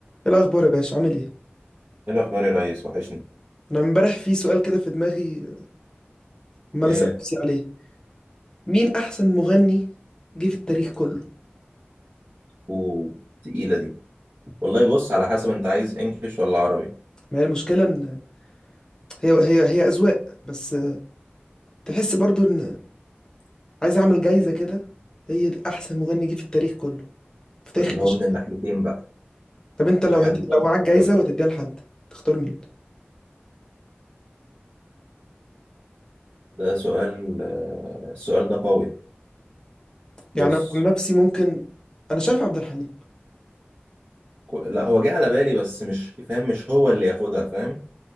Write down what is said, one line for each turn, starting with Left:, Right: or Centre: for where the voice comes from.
Left: إيه الأخبار يا باشا عامل إيه؟
Right: ايه الاخبار يا ريس وحشني
Left: أنا امبارح في سؤال كده في دماغي عمال
Right: ايه
Left: أسأل نفسي عليه مين أحسن مغني جه في التاريخ كله؟
Right: وتقيله دي والله بص على حسب انت عايز انجليش ولا عربي
Left: ما هي المشكلة إن هي هي هي أذواق بس تحس برضو إن عايز أعمل جايزة كده هي دي أحسن مغني جه في التاريخ كله في تاريخ
Right: اللي
Left: البشرية
Right: هو من الناحيتين بقى
Left: طب أنت لو
Right: واحد
Left: هت...
Right: مودع
Left: لو معاك جايزة
Right: كل
Left: وهتديها لحد تختار مين؟
Right: ده سؤال آه، السؤال ده قوي بص
Left: يعني أنا عن نفسي ممكن أنا شايف عبد الحليم
Right: كو- لا هو جه على بالي بس مش فاهم مش هو اللي ياخدها فاهم